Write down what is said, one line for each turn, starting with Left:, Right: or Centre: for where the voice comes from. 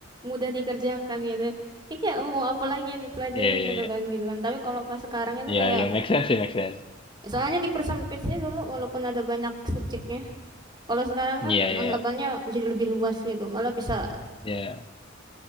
Right: mudah dikerjakan gitu. Ini kayak oh, apa lagi yang dipelajarin
Left: Iya, iya,
Right: gitu
Left: iya.
Right: kan gitu kan. Tapi kalau pas sekarang itu
Left: Iya,
Right: kayak
Left: iya, make sense sih, make sense.
Right: Soalnya dipersempit sih dulu walaupun ada banyak subjeknya. Kalau sekarang
Left: Iya,
Right: kan
Left: iya.
Right: anggapannya jadi lebih luas gitu, malah bisa
Left: Iya,